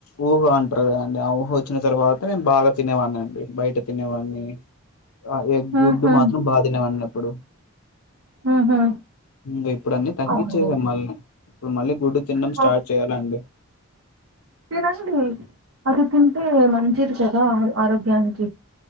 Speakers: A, on the left (about 90°); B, on the right (about 70°).
A: ఊహ అంటారు కదాండి ఆ ఊహ వచ్చిన తర్వాత నేను బాగా తినేవాన్ని అండి బయట తినేవాని ఆ ఎ గుడ్డు
B: ఆహా
A: మాత్రం బాగా తినేవాడి అప్పుడు
B: ఆహా
A: ఇంగ ఇప్పుడు అన్నీ తగ్గించేసాం
B: అవును
A: మళ్ళీ ఇప్పుడు మళ్ళీ గుడ్డు తినడం
B: సో
A: స్టార్ట్ చేయాలండి
B: తినండి అది తింటే మంచిది కదా ఆరోగ్యానికి